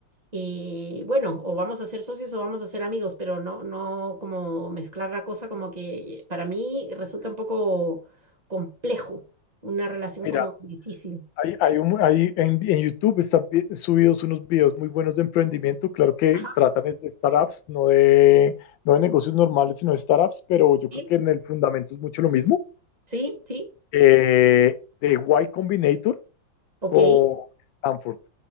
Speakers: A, on the right (about 25°); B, on the left (about 80°).
A: eh, bueno, o vamos a ser socios o vamos a ser amigos, pero no, no como mezclar la cosa como que para mí resulta un poco complejo, una relación
B: Mira,
A: como difícil.
B: Hay, hay un- hay en, en YouTube están vi- subidos unos videos muy buenos de emprendimiento. Claro que
A: Ajá,
B: tratan es de startups, no de, no de negocios normales, sino de startups, pero yo
A: sí,
B: creo que en el fundamento es mucho lo mismo.
A: sí, sí,
B: Eh, de Y Combinator
A: ok,
B: con Stanford.